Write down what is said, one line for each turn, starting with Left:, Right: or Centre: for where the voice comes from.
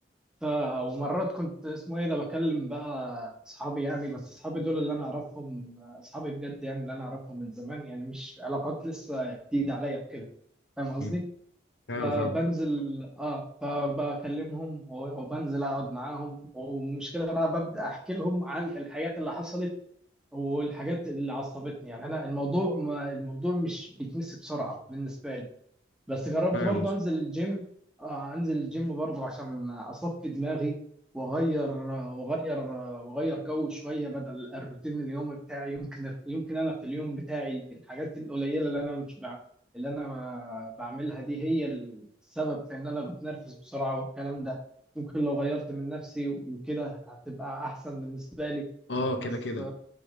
Centre: ف ومرات كنت اسمه ايه ده بكلم بقى اصحابي يعني بس اصحابي دول اللي انا اعرفهم آه، اصحابي بجد يعني اللي انا اعرفهم من زمان يعني مش علاقات لسه جديده عليا وكده فاهم قصدي
Left: مم. ايوه
Centre: فبنزل
Left: فاهم
Centre: اه فبكلمهم و- وبنزل اقعد معاهم والمشكله بقى ببدا احكي لهم عن الحاجات اللي حصلت والحاجات اللي عصبتني يعني انا الموضوع ما الموضوع مش بيتنسي بسرعه بالنسبه لي بس جربت
Left: فاهم
Centre: برضه
Left: قصدي
Centre: انزل الجيم آه انزل الجيم برضه عشان اصفي دماغي واغير واغير واغير جو شويه بدل الروتين اليومي بتاعي يمكن يمكن انا في اليوم بتاعي الحاجات القليله اللي انا مش بع... اللي انا بعملها دي هي السبب في ان انا بتنرفز بسرعه والكلام ده ممكن لو غيرت من نفسي وكده هتبقى احسن بالنسبه لي
Left: اه
Centre: بس
Left: كده كده